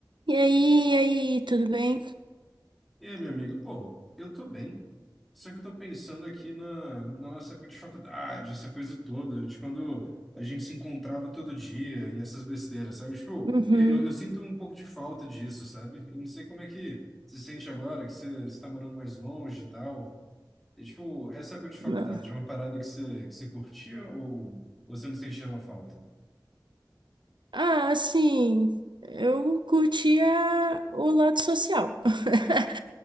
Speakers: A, on the right; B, in the centre.
A: E aí, e aí, tudo bem?
B: E aí, meu amigo? Pô, eu tô bem. Só que eu tô pensando aqui na, na nossa época de faculdade, essa coisa toda, de quando a gente se encontrava todo dia e essas besteiras, sabe? Tipo,
A: Uhum.
B: eu, eu eu sinto um pouco de falta disso, sabe? Eu não sei como é que você se sente agora, que você está morando mais longe e tal. E, tipo, essa época de faculdade,
A: Não.
B: é uma parada que você, que você curtia ou você não sente nenhuma falta?
A: Ah, assim, eu curtia o lado social. <laughs>